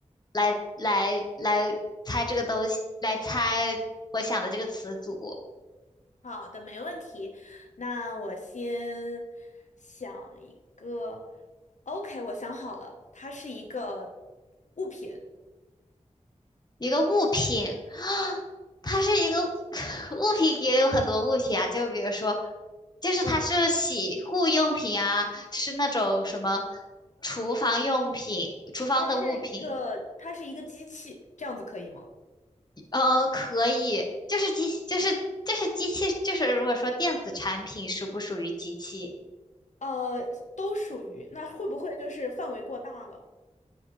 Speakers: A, on the left (about 35°); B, on the left (about 75°).
A: 来来来猜这个东西，来猜我想的这个词组。
B: 好的，没问题。那我先想一个，OK，我想好了，它是一个物品，
A: 一个物品啊，<gasps> 它是一个 <laughs> 物品，也有很多物品啊，就比如说，就是它是洗护用品啊，
B: 嗯，
A: 是那种什么厨房用品、厨房的物品，
B: 它是一个，它是一个机器，这样子可以吗？
A: 呃，可以，就是机，就是就是机器，就是如果说电子产品属不属于机器？
B: 呃，都属于，那会不会就是范围过大了？